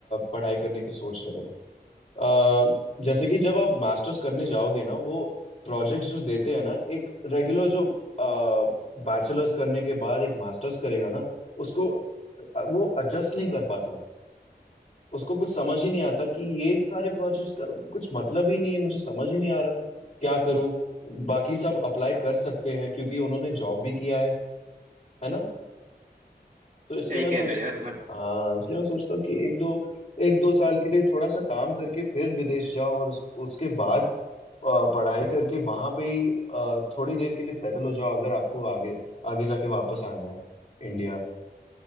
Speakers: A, on the left; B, on the right.
A: पढ़ाई करने के सोच रहे हो अ, जैसे कि जब आप मास्टर्स करने जाओगे ना वो प्रोजेक्ट्स जो देते हैं ना एक रेगुलर जो बैचलर्स करने के बाद एक मास्टर्स करेगा ना उसको अ, वो एडजस्ट नहीं कर पाता उसको कुछ समझ ही नहीं आता कि ये सारे प्रोजेक्ट्स का कुछ मतलब ही नहीं है मुझे समझ ही नहीं आ रहा क्या करूं बाकी सब अप्लाई कर सकते हैं क्योंकि उन्होंने जॉब भी किया है है ना तो इसलिए
B: सही
A: मैं
B: कह
A: सोच
B: रहे हो यार मतलब
A: हाँ इसलिए मैं सोचता हूँ कि एक दो एक दो साल के लिए थोड़ा सा काम करके फिर विदेश जाओ और उस, उसके बाद अ, पढ़ाई करके वहां पे ही अ, थोड़ी देर के लिए सेटल हो जाओ अगर आपको आगे आगे जाके वापस आना है इंडिया